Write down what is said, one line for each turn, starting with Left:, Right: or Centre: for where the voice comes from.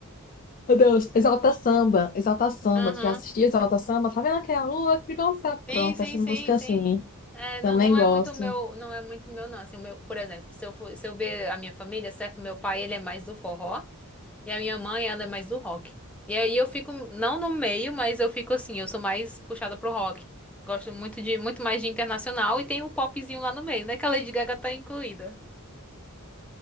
Left: meu Deus, Exalta Samba, Exalta Samba.
Centre: <laughs>
Left: Tu já assistia Exalta Samba? Tá vendo aquela lua que brilhou no céu? Pronto,
Centre: Sim, sim,
Left: essas
Centre: sim,
Left: músicas
Centre: sim.
Left: assim.
Centre: É, não,
Left: Também
Centre: não
Left: gosto.
Centre: é muito meu, não é muito meu, não. Assim, o meu, por exemplo, se eu for, se eu ver a minha família, certo? Meu pai, ele é mais do forró e a minha mãe, ela é mais do rock. E aí eu fico, não no meio, mas eu fico assim, eu sou mais puxada pro rock. Gosto muito de, muito mais de internacional e tem o popzinho lá no meio, né? Que a Lady Gaga tá incluída.